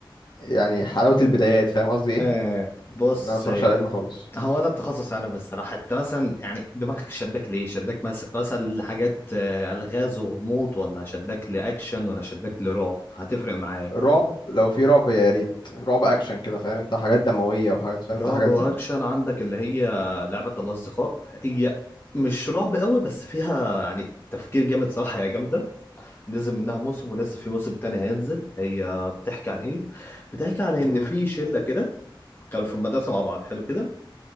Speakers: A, on the left; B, on the left.
A: يعني حلاوه البدايات فاهم قصدي ايه
B: آه
A: إن
B: بص
A: انا ما بتفرجش
B: آه،
A: على الانمي خالص
B: هو انا التخصص انا الصراحه انت مثلا يعني دماغك شدك ليه شدك مس- مثلا لحاجات آه، الغاز وغموض ولا شدك لاكشن ولا شدك لرعب هتفرق معايا
A: رعب لو في رعب يا ريت رعب اكشن كده فاهم انت حاجات دمويه وحاجات فاهم
B: رعب
A: انت الحاجات
B: واكشن
A: دي
B: عندك اللي هي لعبه الاصدقاء هي مش رعب قوي بس فيها يعني تفكير جامد صراحه هي جامده نزل منها موسم ولسه في موسم تاني هينزل هي بتحكي عن ايه بتحكي عن ان
A: امم
B: في شله كده كانوا في المدرسه مع بعض حلو كده